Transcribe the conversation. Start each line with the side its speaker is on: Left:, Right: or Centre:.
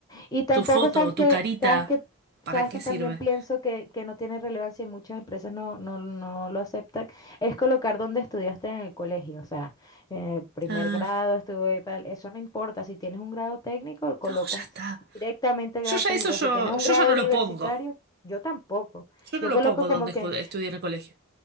Left: Y tampoco
Right: tu foto,
Left: sabes que,
Right: tu carita,
Left: sabes que,
Right: ¿para
Left: sabes
Right: qué
Left: que también
Right: sirve?
Left: pienso que, que no tiene relevancia y muchas empresas no, no, no lo aceptan, es colocar donde estudiaste en el colegio. O sea, en el primer
Right: Ah,
Left: grado estuve tal, eso no importa. Si tienes un grado técnico, colocas
Right: no, ya está.
Left: directamente el
Right: Yo
Left: grado
Right: ya
Left: técnico.
Right: eso yo,
Left: Si tienes un
Right: yo
Left: grado
Right: ya no
Left: universitario,
Right: lo pongo.
Left: yo tampoco.
Right: Yo no
Left: Yo
Right: lo
Left: coloco
Right: pongo
Left: como
Right: donde
Left: que
Right: ju- estudié en el colegio.